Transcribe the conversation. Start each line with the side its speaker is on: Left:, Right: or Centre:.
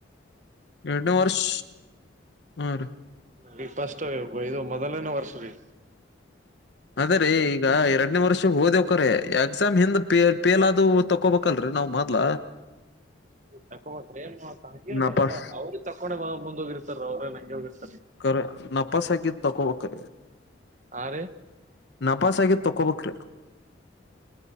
Left: ಎಡು ವರ್ಷ ಆರು
Right: ನ ಫಸ್ಟ್ ಇದು ಮೊದಲನೇ ವರ್ಷ ರೀ
Left: ಆದರೆ ಈಗ ಎರಡನೇ ವರ್ಷ ಹಓದವಕ್ರ ಎಕ್ಸಾಮ್ ಹಿಂದ ಪೇಲ್ ಆದ ತಕೊಬೇಕಲ್ರರಿ ನಾವ್ ಮದ್ಲ
Right: ತಬ ಎಲ್ಲ
Left: ನಪಾಸ್
Right: ಅವ್ರರು ತಕೊಂಡ ಮುಂದ ಹೋಗಿರ್ತಾರ ಅವ್ರೇ ನಂಗೆ ಹೋಗಿರ್ತಾರೆ
Left: ಕ ನಪಾಸಗ ತಕೋವಕೆ
Right: ಹಾ ರೀ
Left: ನಪಾಸಹಗೆ ತಕ್ಕೋ ಬಕ್ರ